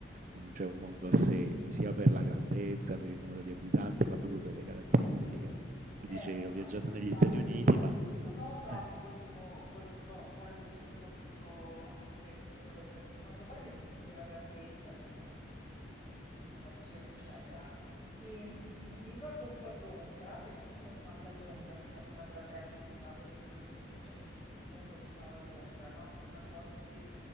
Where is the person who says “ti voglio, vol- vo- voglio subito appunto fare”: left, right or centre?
Left